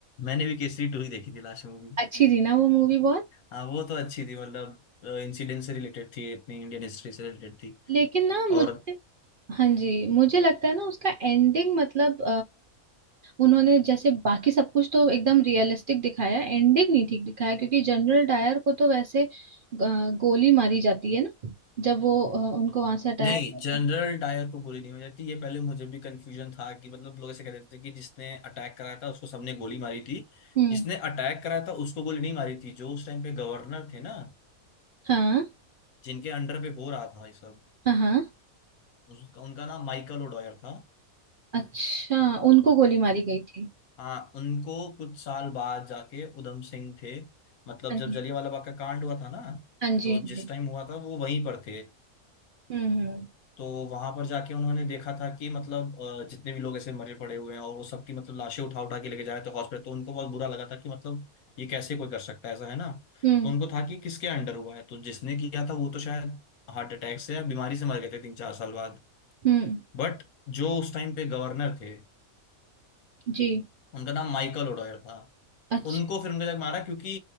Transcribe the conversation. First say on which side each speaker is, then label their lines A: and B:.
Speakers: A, on the left (about 80°); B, on the right (about 55°).
A: मैंने भी केसरी टू ही देखी थी लास्ट मूवी
B: अच्छी थी ना वो मूवी बहुत
A: हाँ वो तो अच्छी थी मतलब इंसिडेंट से रिलेटेड थी अपनी इंडियन हिस्ट्री से रिलेटेड थी
B: लेकिन ना मुझे
A: और
B: हाँ जी मुझे लगता है ना उसका एंडिंग मतलब उन्होंने जैसे बाकी सब कुछ तो एकदम रियलिस्टिक दिखाया एंडिंग नहीं ठीक दिखाया क्योंकि जनरल डायर को तो वैसे अ, गोली मारी जाती है ना जब वो अ, उनको वहां से हटाया
A: नहीं
B: जाता
A: जनरल
B: है।
A: डायर को गोली नहीं मारी जाती ये पहले मुझे भी कंफ्यूजन था कि मतलब लोग ऐसे कह देते थे कि जिसने अटैक कराया था उसको सबने गोली मारी थी
B: हम्म
A: जिसने अटैक कराया था उसको गोली नहीं मारी थी जो उस टाइम पे गवर्नर थे ना
B: हाँ
A: जिनके अंडर पे हो रहा था ये सब
B: हाँ हाँ
A: उसका उनका नाम माइकल ओडॉयर था
B: अच्छा उनको गोली मारी गई थी
A: हाँ उनको कुछ साल बाद जाके उधम सिंह थे मतलब
B: हाँ
A: जब
B: जी
A: जलियांवाला बाग का कांड हुआ था ना
B: हाँ जी
A: तो
B: हाँ
A: जिस
B: जी
A: टाइम हुआ था वो वहीं पर थे
B: हम्म हम्म
A: तो वहां पर जाके उन्होंने देखा था कि मतलब अ, जितने भी लोग ऐसे मरे पड़े हुए हैं और वो सबकी मतलब लाशें उठा उठा के लेके जा रहे थे हॉस्पिटल तो उनको बहुत बुरा लगा था कि मतलब ये कैसे कोई कर सकता है ऐसा है ना
B: हम्म
A: तो उनको था कि किसके अंडर हुआ है तो जिसने किया था वो तो शायद हार्ट अटैक से या बीमारी से मर गए थे तीन चार साल बाद
B: हम्म
A: बट जो उस टाइम पे गवर्नर थे
B: जी
A: उनका नाम माइकल ओडॉयर था
B: अच्छा
A: उनको फिर उनके तक मारा क्योंकि